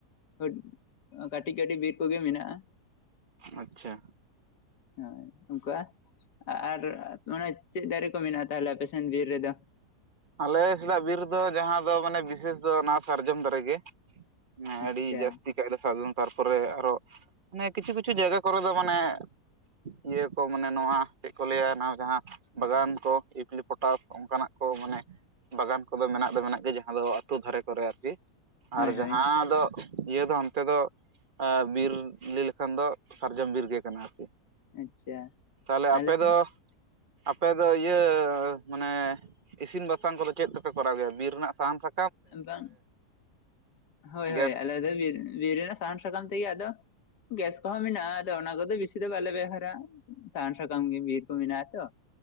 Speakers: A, on the left; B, on the right.
A: <unintelligible> ᱠᱟᱹᱴᱤᱡ ᱠᱟᱹᱴᱤᱡ ᱵᱤᱨ ᱠᱚᱜᱮ ᱢᱮᱱᱟᱜᱼᱟ᱾
B: ᱟᱪᱪᱷᱟ᱾
A: ᱦᱳᱭ ᱱᱚᱝᱠᱟ ᱟᱨ ᱚᱱᱮ ᱪᱮᱫ ᱫᱟᱨᱮ ᱠᱚ ᱢᱮᱱᱟᱜᱼᱟ ᱛᱟᱦᱞᱮ ᱟᱯᱮᱥᱮᱱ ᱵᱤᱨ ᱨᱮᱫᱚ
B: ᱟᱞᱮ ᱥᱮᱫᱟᱜ ᱵᱤᱨ ᱫᱚ ᱡᱟᱦᱟᱸ ᱫᱚ ᱢᱟᱱᱮ ᱵᱤᱥᱮᱥ ᱫᱚ ᱚᱱᱟ ᱥᱟᱨᱡᱚᱢ ᱫᱟᱨᱮ ᱜᱮ ᱦᱮᱸ
A: ᱟᱪᱪᱷᱟ
B: ᱟᱹᱰᱤ ᱡᱟᱹᱥᱛᱤ <unintelligible> ᱥᱟᱨᱡᱚᱢ ᱛᱟᱨᱯᱚᱨᱮ ᱟᱨᱚ ᱢᱟᱱᱮ ᱠᱤᱪᱷᱩ ᱠᱤᱪᱷᱩ ᱡᱟᱭᱜᱟ ᱠᱚᱨᱮ ᱫᱚ ᱢᱟᱱᱮ ᱤᱭᱟᱹ ᱠᱚ ᱢᱟᱱᱮ ᱱᱚᱣᱟ ᱪᱮᱫ ᱠᱚ ᱞᱟᱹᱭᱟ ᱱᱚᱣᱟ ᱡᱟᱦᱟᱸ ᱵᱟᱜᱟᱱ ᱠᱚ ᱤᱯᱞᱤ ᱯᱚᱴᱟᱥ ᱚᱱᱠᱟᱱᱟᱜ ᱠᱚ ᱢᱟᱱᱮ ᱵᱟᱜᱟᱱ ᱠᱚᱫᱚ ᱢᱮᱱᱟᱜ ᱫᱚ ᱢᱮᱱᱟᱜ ᱜᱮ ᱡᱟᱦᱟᱸ ᱫᱚ ᱟ ᱟᱹᱛᱩ ᱫᱷᱟᱨᱮ ᱠᱚᱨᱮ ᱟᱨᱠᱤ ᱟᱨ
A: ᱦᱳᱭ
B: ᱡᱟᱦᱟᱸ
A: ᱦᱳᱭ
B: ᱫᱚ ᱤᱭᱟᱹ ᱫᱚ ᱚᱱᱛᱮ ᱫᱚ ᱵᱤᱨ ᱞᱟᱹᱭ ᱞᱮᱠᱷᱟᱱ ᱫᱚ ᱥᱟᱨᱡᱚᱢ ᱵᱤᱨ ᱜᱮ ᱠᱟᱱᱟ ᱟᱨᱠᱤ᱾
A: ᱟᱪᱪᱷᱟ
B: ᱛᱟᱦᱞᱮ
A: ᱟᱞᱮ
B: ᱟᱯᱮ
A: ᱥᱮᱱ
B: ᱫᱚ? ᱟᱯᱮ ᱫᱚ ᱤᱭᱟᱹ ᱢᱟᱱᱮ ᱤᱥᱤᱱ ᱵᱟᱥᱟᱝ ᱠᱚᱫᱚ ᱪᱮᱫ ᱛᱮᱯᱮ ᱠᱚᱨᱟᱣ ᱜᱮᱭᱟ ᱵᱤᱨ ᱨᱮᱱᱟᱜ ᱥᱟᱦᱟᱱ ᱥᱟ
A: ᱵᱟᱝ <inaudible> ᱦᱳᱭ
B: ᱜᱮᱥ
A: ᱦᱳᱭ ᱟᱞᱮᱫᱚ <unintelligible> ᱵᱤᱨ ᱨᱮᱱᱟᱜ ᱥᱟᱦᱟᱱ ᱥᱟᱠᱟᱢ ᱛᱮᱜᱮ ᱟᱫᱚ ᱜᱮᱥ ᱠᱚᱦᱚᱸ ᱢᱮᱱᱟᱜᱼᱟ, ᱟᱫᱚ ᱚᱱᱟ ᱠᱚᱫᱚ ᱵᱮᱥᱤ ᱫᱚ ᱵᱟᱞᱮ ᱵᱮᱣᱦᱟᱨᱟ ᱥᱟᱦᱟᱱ ᱥᱟᱠᱟᱢ ᱜᱮ ᱵᱤᱨ ᱠᱚ ᱢᱮᱱᱟᱜᱼᱟ ᱛᱚ᱾